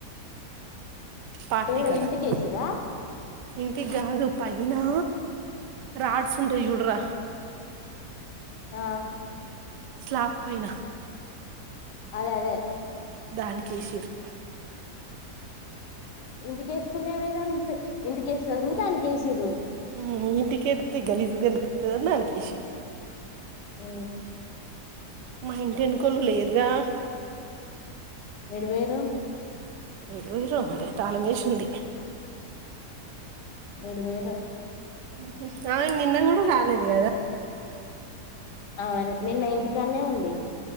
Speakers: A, on the right (about 80°); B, on the left (about 85°).
A: పాట్టీ
B: ఏడ
A: కలర్
B: ఇంటికేసిర్రా
A: ఇంటికి కాదు పై ఐనా రాడ్సుంటయి చూడ్ రా
B: ఆ
A: స్లాబ్ పైన
B: అదె అదె
A: దానికేసిర్రు
B: ఇంటికేసుకుంటె ఏమైతాంది ఇక్క ఇంటికేస్తే ఏముందని దానికేసిర్రు
A: హు ఇంటికేత్తే గలీజుగనిపిత్తదని దానికేసిర్రు
B: అ
A: మా ఇంటి ఎనకొల్లు లేరుగా
B: ఏడికి పోయిర్రు
A: ఏడికి పోయిర్రో మరి తాలమేషింది
B: ఏడికి పోయిర్రో
A: ఉహు అ నిన్న కూడ సాక్ లేద్ కదా
B: అవును నిన్న ఇంటికాడనే ఉంది